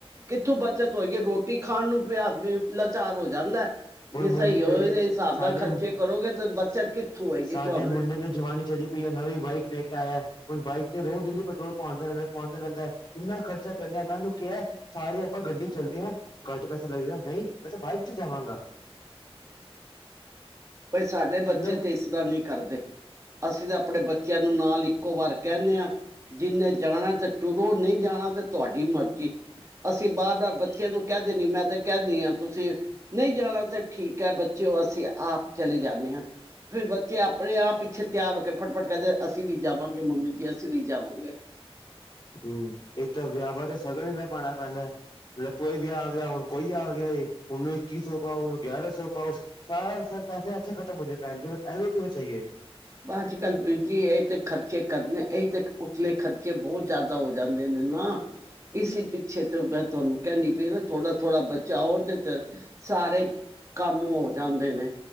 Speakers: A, on the right; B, on the left.
A: ਕਿੱਥੋਂ ਬੱਚਤ ਹੋਏਗੀ ਰੋਟੀ ਖਾਣ ਨੂੰ ਪਿਆ ਆਦਮੀ ਲਾਚਾਰ ਹੋ ਜਾਂਦਾ ਹੈ।
B: ਹੁਣ
A: ਜੇ
B: ਮੁੰਡੇ
A: ਸਹੀ ਹੋ
B: ਮੇਰੇ
A: ਇਹਦੇ ਹਿਸਾਬ
B: ਸਾਡੇ
A: ਨਾਲ ਖਰਚੇ ਕਰੋਗੇ ਤਾਂ ਬੱਚਤ
B: ਸ
A: ਕਿੱਥੋਂ ਹੋਏਗੀ
B: ਸਾਡੇ
A: ਤੁਹਾਨੂੰ
B: ਮੁੰਡੇ ਨੂੰ ਜਵਾਨੀ ਚੜ੍ਹੀ ਪਈ ਹੈ ਨਵੀਂ ਬਾਈਕ ਵੈ ਕੇ ਆਇਆ ਹੈ ਹੁਣ ਬਾਈਕ ਤੇ ਰੋਜ ਡੇਲੀ ਪੈਟਰੋਲ ਪੁਵਾਂਦਾ ਰਹਿੰਦਾ ਹੈ ਪੁਵਾਂਦਾ ਰਹਿੰਦਾ ਹੈ ਇੰਨਾ ਖਰਚਾ ਕਰਦਾ ਹੈ ਮੈਂ ਉਹਨੂੰ ਕਿਹਾ ਹੈ ਸਾਰੇ ਆਪਾਂ ਗੱਡੀ ਚ ਚੱਲਦੇ ਹੈਂ ਘੱਟ ਪੈਸਾ ਲੱਗੇਗਾ ਨਹੀਂ ਮੈਂ ਤਾਂ ਬਾਈਕ ਤੇ ਜਾਵਾਂਗਾ।
A: ਭਈ ਸਾਡੇ ਬੱਚੇ
B: ਮਤਲਬ
A: ਤੇ ਇਸ ਤਰਹਾਂ ਨਹੀਂ ਕਰਦੇ। ਅਸੀਂ ਤੇ ਆਪਣੇ ਬੱਚਿਆਂ ਨੂੰ ਨਾਲ ਇੱਕੋ ਵਾਰ ਕਹਿੰਨੇਂ ਹਾਂ ਜਿੰਨੇ ਜਾਣਾ ਤੇ ਤੁਰੋ ਨਹੀਂ ਜਾਣਾ ਤੇ ਤੁਹਾਡੀ ਮਰਜ਼ੀ ਅਸੀਂ ਵਾਰ ਵਾਰ ਬੱਚਿਆਂ ਨੂੰ ਕਹਿਦੇਂ ਨੀ ਮੈਂ ਤੇ ਕਹਿੰਦੀ ਹਾਂ ਤੁਸੀ ਨਹੀਂ ਜਾਣਾ ਤੇ ਠੀਕ ਹੈ ਬੱਚਿਓ ਅਸੀ ਆਪ ਚਲੇ ਜਾਂਨੇਂ ਹਾਂ। ਫੇਰ ਬੱਚੇ ਆਪਣੇ ਆਪ ਪਿੱਛੇ ਤਿਆਰ ਹੋ ਕੇ ਫਟਫਟ ਕਹਿੰਦੇ ਅਸੀਂ ਵੀ ਜਾਵਾਂਗੇ ਮੰਮੀ ਜੀ ਅਸੀਂ ਵੀ ਜਾਵਾਂਗੇ
B: ਹਮ ਇੱਕ ਤਾਂ ਵਿਆਹਾਂ ਤੇ ਸਗਨ ਇੰਨਾ ਪਾਉਣਾ ਪੈਂਦਾ ਮਤਲਬ ਕੋਈ ਵੀ ਆ ਗਿਆ ਹੁਣ ਕੋਈ ਆ ਗਿਆ ਉਹਨੂੰ ਇੱਕੀ ਸੌ ਪਾਓ ਉਹਨੂੰ ਗਿਆਰਾਂ ਸੌ ਪਾਓ ਸਾਰਾ ਸਰ ਪੈਸੇ ਏਥੇ ਖਤਮ ਹੋ ਜਾਣੇ ਭੈਣ ਜੀ ਐਵੇਂ ਕਿਵੇਂ ਚਾਈਏ
A: ਅੱਜ ਕੱਲ ਵੀਰ ਜੀ ਇਹੀ ਤੇ ਖਰਚੇ ਕਰਨੇ ਇਹੀ ਤੇ ਉਤਲੇ ਖਰਚੇ ਬਹੁਤ ਜ਼ਿਆਦਾ ਹੋ ਜਾਂਦੇ ਨੇ ਨਾ ਇਸ ਪਿੱਛੇ ਤੇ ਮੈਂ ਤੁਹਾਨੂੰ ਕਹਿਣੀ ਪਈ ਨਾ ਥੋੜਾ ਥੋੜ੍ਹਾ ਬਚਾਓ ਉਹ ਤੇ ਤੇ ਸਾਰੇ ਕੰਮ ਹੋ ਜਾਂਦੇ ਨੇ